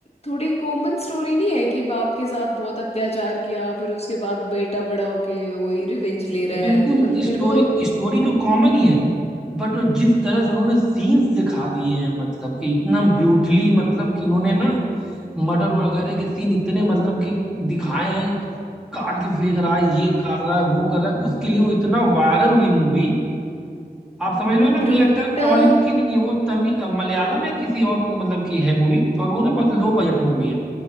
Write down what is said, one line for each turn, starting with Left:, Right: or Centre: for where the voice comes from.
Left: थोड़ी कॉमन स्टोरी नहीं है कि बाप के साथ बहुत अत्याचार किया फिर उसके बाद बेटा बड़ा होके वही रिवेंज ले रहा है
Centre: बिल्कुल
Left: मतलब
Centre: स्टोरी
Left: मेरे को तो
Centre: स्टोरी तो कॉमन ही है बट वो जिस तरह से उन्होंने सीन्स दिखा दिए हैं मतलब कि इतना ब्रूटली मतलब कि उन्होंने ना मर्डर वगैरह के सीन इतने मतलब कि दिखाए हैं काट के फेंक रहा है ये कर रहा है वो कर रहा है उसके लिए वो इतना वायरल हुई मूवी आप समझ लो ना मुझे
Left: ब्रूटल
Centre: लगता है टॉलीवुड की नहीं है वो तमिल मलयालम या किसी और मतलब की है मूवी और वो ना बहुत लो बजट मूवी है